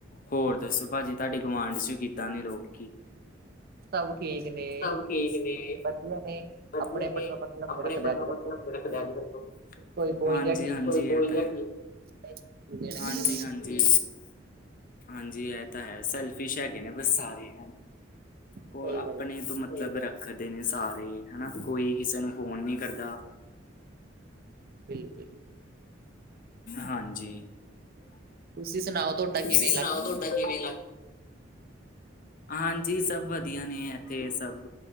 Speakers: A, on the left; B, on the right.
A: ਹੋਰ ਦੱਸੋ ਭਾਜੀ ਤੁਹਾਡੀੇ ਗੁਵਾਂਢ ਚ ਕਿੱਦਾਂ ਨੇ ਲੋਕੀ?
B: ਸਭ ਠੀਕ ਨੇ,
A: ਸਭ ਠੀਕ ਨੇ
B: ਵਧੀਆ ਨੇ,
A: <unintelligible>
B: ਆਪਣੇ ਆਪਣੇ ਦਾ ਮਤਲਬ ਨੀ ਰੱਖਦੇ ਅੱਜ ਕੱਲ ਕੋਈ ਬੋਲ
A: ਹਾਂਜੀ
B: ਗਿਆ ਠੀਕ
A: ਹਾਂਜੀ
B: ਆਪਾਂ ਵੀ
A: ਇਹ
B: ਬੋਲ
A: ਤਾਂ ਹੈ।
B: ਲੈਣਾ
A: ਹਾਂਜੀ
B: ਕਿਸੇ ਦਾ
A: -ਹਾਂਜੀ! ਹਾਂਜੀ ਇਹ ਤਾਂ ਹੈ, ਸੈਲਫਿਸ਼ ਹੈਗੇ ਨੇ ਬਸ ਸਾਰੇ।
B: ਸਹੀ
A: ਉਹ ਆਪਣੇ
B: ਗੱਲ
A: ਤੋਂ ਮਤਲਬ ਰੱਖਦੇ ਨੇ ਸਾਰੇ। ਹਨਾ ਕੋਈ ਕਿਸੇ ਨੂੰ ਫੋਨ ਨੀ ਕਰਦਾ।
B: ਬਿਲ।
A: ਹਾਂਜੀ।
B: ਤੁਸੀਂ ਸੁਣਾਓ ਤੁਹਾਡਾ
A: ਤੁਸੀਂ
B: ਕਿਵੇਂ ਇਲਾਕਾ
A: ਸੁਣਾਓ ਤੁਹਾਡਾ
B: ਠੀਕ
A: ਕਿਵੇਂ
B: ਠਾਕ
A: ਦਾ
B: ਆ
A: ਹਾਂਜੀ, ਸਭ ਵਧੀਆ ਨੇ ਇੱਥੇ ਸਭ।